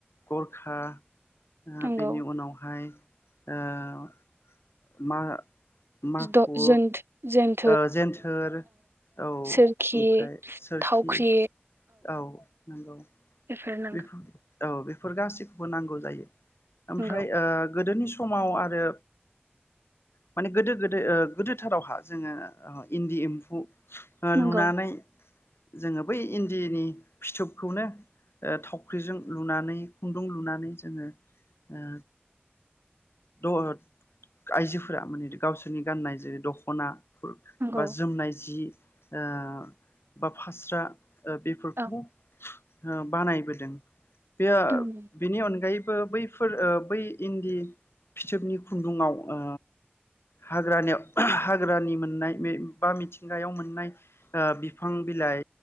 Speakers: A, on the left; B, on the right.
A: गरखा ओ
B: नंगौ
A: बेनि उनावहाय ओ मा माखु
B: जिद' जुन जों
A: ओ जेनथोर औ ओमफाय
B: सोरखि
A: सोरखि
B: थावख्रि
A: औ नोंगौ।
B: बेफोर नांगौ
A: बेफो औ बेफोर गासैखौबो नांगौ जायो। आमफ्राय
B: नंगौ
A: ओ गोदोनि स समाव आरो माने गोदो गोदो ओ गोदोथारावहा जोङो ओ इन्दि एम्फु ओ
B: नंगौ
A: लुनानै जोङो बै इन्दिनि फिथोबखौनो ओ थावख्रिजों लुनानै खुन्दुं लुनानै जोङो ओ द आइजोफोरा माने गावसोरनि गाननाय जेरै दख'ना फोर
B: नंगौ
A: बा जोमनाय जि ओ बा फास्रा ओ बेफोरखौ
B: औ
A: हो बानायबोदों। बेयो
B: नंगौ
A: बेनि अनगायै बो बैफोर ओ बै इन्दि फिथोबनि खुन्दुङाव ओ हाग्रानियाव हाग्रानि मोननाय बे बा मिथिंगायाव मोननाय ओ बिफां बिलाइ